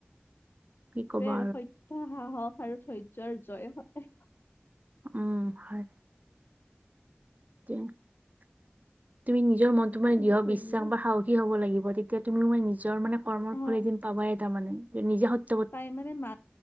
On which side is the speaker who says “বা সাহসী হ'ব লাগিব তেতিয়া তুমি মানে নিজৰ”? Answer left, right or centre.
Right